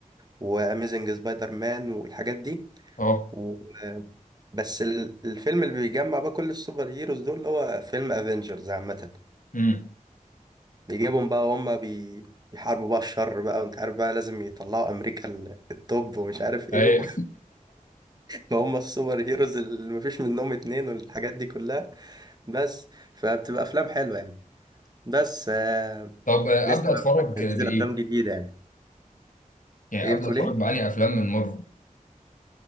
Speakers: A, on the right (about 30°); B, on the left (about 70°).
A: واميزنج سبايدر مان والحاجات دي
B: اه
A: و... آه، بس ال- الفيلم اللي بيجمع بقى كل السوبر هيروز دول اللي هو فيلم افنجرز عامه
B: امم
A: يجيبهم بقى وهم بي... بيحاربوا بقى الشر بقى وانت عارف بقى لازم يطلعوا امريكا ال- التوب ومش عارف ايه
B: اي
A: و... <laughs> هم السوبر هيروز اللي مفيش منهم اتنين والحاجات دي كلها بس فبتبقى افلام حلوه يعني بس آه...
B: طب آه،
A: لسه
B: ابدا اتفرج
A: بقى هنزل
B: بايه
A: افلام جديده يعني
B: يعني
A: ايه
B: ابدا
A: بتقول
B: اتفرج
A: ايه
B: على افلام من مارفل